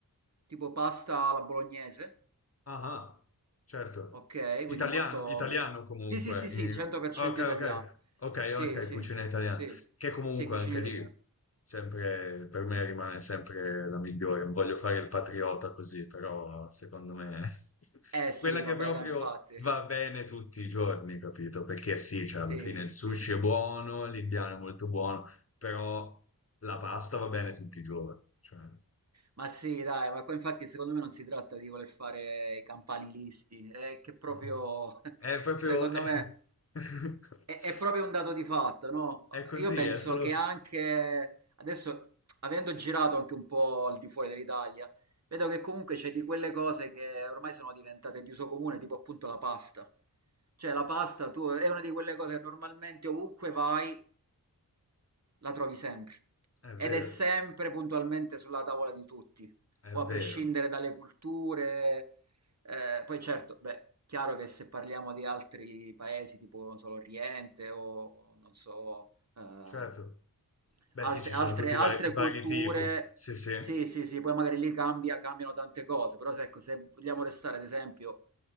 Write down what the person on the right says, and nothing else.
tipo pasta alla bolognese.
Ok,
quindi molto...
pia-
Sì, sì, sì,
sì, 100%
italiano.
Sì,
sì,
sì,
sì, cucina
italiana.
Eh sì,
vabbè,
dai, infatti.
Sì,
sì.
Ma sì, dai, ma qua infatti secondo me non si tratta di voler fare i campanilisti, è che proprio,
<laughs>
secondo
me,
è, è proprio un dato di fatto, no?
Io penso
che anche adesso, avendo girato anche un po' al di fuori dell'Italia, vedo che comunque c'è di quelle cose che ormai sono diventate di uso comune, tipo appunto la pasta. Cioè la pasta tu, è una di quelle cose che normalmente ovunque vai la trovi sempre
ed è sempre puntualmente sulla tavola di tutti,
poi
a prescindere dalle culture. eh, poi certo, beh, chiaro che se parliamo di altri paesi tipo, non so, l'Oriente o non so, eh,
Altre
altre
altre
culture
sì, sì, sì, poi magari lì cambia cambiano tante cose, però se ecco, se vogliamo restare ad esempio